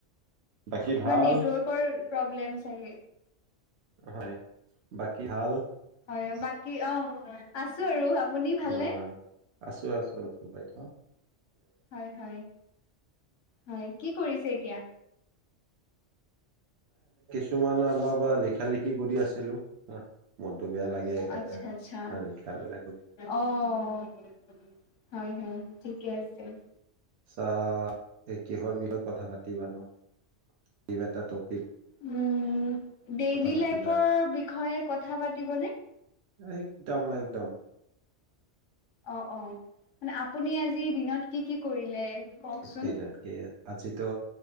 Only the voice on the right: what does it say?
বাকী
ভাল
হয় বাকী হাল
অ আছো আছো আছো বাইদ
কিুমান <unintelligible> অলপ লিখা লিখি কৰি আছিলো হ মনতটো বেয়া লাগে সেইকাৰণে
আৰু লিখা মেলা কৰি আছিল
চাহ এই কিহৰ বিষয়ে কথা পাতিবা নো কিবা এটা তোক
পাতিবা
একদম একদম
নতকি আজিিতো